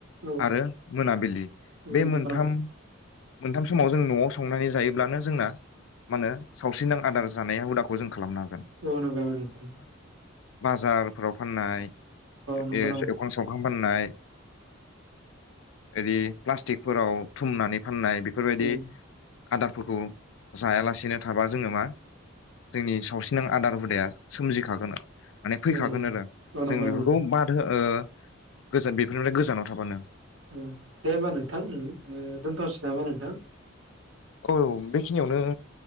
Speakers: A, on the right (about 80°); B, on the left (about 70°).
A: औ
B: आरो मोनाबिलि
A: औ
B: बे
A: नंगौ
B: मोनथाम मोनथाम समाव जों न'आव संनानै जायोब्लानो जोंना मा होनो सावस्रिनां आदार जानाया हुदाखौ जों खालामना <unintelligible>
A: अ नो <unintelligible>
B: बाजारफ्राव फाननाय
A: नंगौ
B: ए
A: नोंथां
B: एवखां सावखां फाननाय एरि प्लास्टिकफोराव थुमनानै फाननाय बेफोरबायदि
A: औ
B: आदारफोरखौ जायालासेनो थाबा जोङो मा जोंनि सावस्रिनां आदार हुदाया सोमजिखागोन माने फैखागोन
A: औ
B: आरो
A: औ नंगौ
B: जों बेफोरखौ
A: नोंथां
B: बाद हो ओ गोजान बेफोरनिफ्राय गोजानाव थाबानो
A: उम दे होमबा नोंथां उम ओ दोनथनोसै नामा नोंथां
B: औ बेखिनियावनो